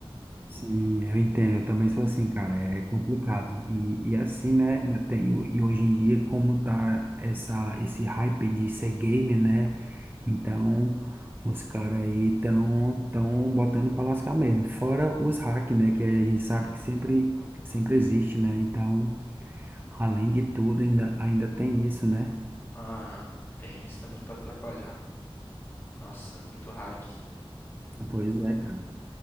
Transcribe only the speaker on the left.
Aham. Tem isso também pra atrapalhar. Nossa, muito hack.